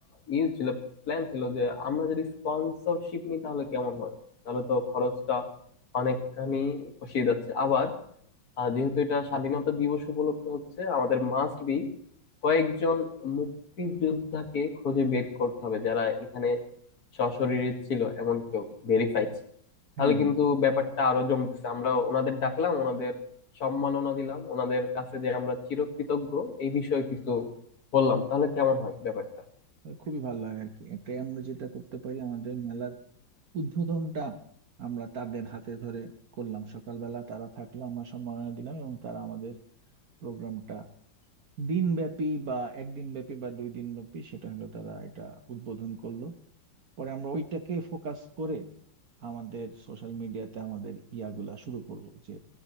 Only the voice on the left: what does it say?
ইয়ে ছিল প্ল্যান ছিল যে আমরা যদি স্পন্সরশিপ নিই তাহলে কেমন হয় তাহলে তো খরচটা অনেকখানি পোষিয়ে যাচ্ছে আবার আহ, যেহেতু এটা স্বাধীনতা দিবস উপলক্ষে হচ্ছে আমাদের মাস্ট বি কয়েকজন মুক্তিযোদ্ধাকে খুঁজে বের করতে হবে যারা এখানে সশরীরে ছিল এমন কেউ ভেরিফাইড তাহলে
কিন্তু ব্যাপারটা আরো জমতেছে আমরা ওনাদের ডাকলাম ওনাদের সম্মাননা দিলাম ওনাদের কাছে যে আমরা চিরকৃতজ্ঞ এই বিষয়ে কিছু বললাম তাহলে কেমন হয় ব্যাপারটা